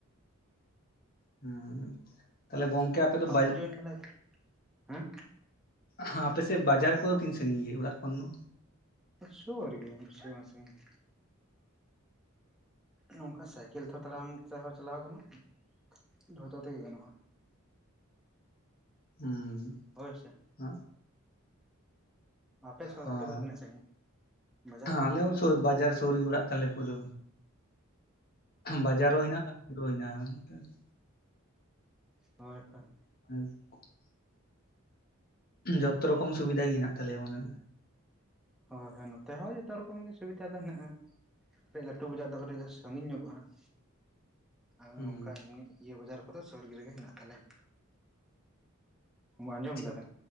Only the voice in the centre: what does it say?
ᱯᱟᱹᱦᱩᱲ
ᱡᱚᱭᱮᱱ ᱮᱱᱟᱞᱮ ᱦᱮᱸ
ᱪᱮᱫ
ᱥᱩᱨ ᱜᱮᱭᱟ ᱵᱮᱥᱤ ᱵᱟᱝ ᱥᱟᱺᱜᱤᱧᱟ᱾ ᱱᱚᱝᱠᱟ ᱥᱟᱭᱠᱮᱞ ᱛᱮᱦᱚᱸ ᱛᱟᱲᱟᱢ ᱛᱮᱦᱚᱸ ᱪᱟᱞᱟᱣ ᱜᱟᱱᱚᱜ-ᱟ, ᱡᱚᱛᱚ ᱛᱮᱜᱮ ᱜᱟᱱᱚᱜ-ᱟ᱾
ᱦᱳᱭ ᱥᱮ᱾
ᱟᱯᱮ <unintelligible>
ᱟᱯᱮ ᱫᱚ ᱛᱤᱱᱟᱹᱜ ᱥᱟᱺᱜᱤᱧ ᱵᱟᱡᱟᱨ ᱠᱚ?
ᱦᱚᱭ ᱦᱚᱭ᱾
ᱦᱚᱭ ᱦᱚᱭ ᱱᱚᱛᱮ ᱦᱚᱸ ᱡᱚᱛᱚ ᱨᱚᱠᱚᱢ ᱜᱮ ᱥᱩᱵᱤᱫᱟ ᱫᱚ ᱦᱮᱱᱟᱜ-ᱟ᱾ ᱠᱟᱹᱴᱤᱡ ᱞᱟᱹᱴᱩ ᱵᱟᱡᱟᱨ ᱫᱚ ᱠᱟᱹᱴᱤᱡ ᱫᱚ ᱥᱟᱺᱜᱤᱧ ᱧᱚᱜᱚᱜ-ᱟ ᱦᱟᱸᱜ᱾ ᱟᱨ
ᱱᱚᱝᱠᱟ ᱮᱢᱱᱤ ᱤᱭᱟᱹ ᱵᱟᱡᱟᱨ ᱠᱚᱫᱚ ᱥᱩᱨ ᱨᱮᱜᱮ ᱦᱮᱱᱟᱜ ᱛᱟᱞᱮᱭᱟ᱾ ᱟᱸᱡᱚᱢ
ᱫᱟᱵᱮᱱ᱾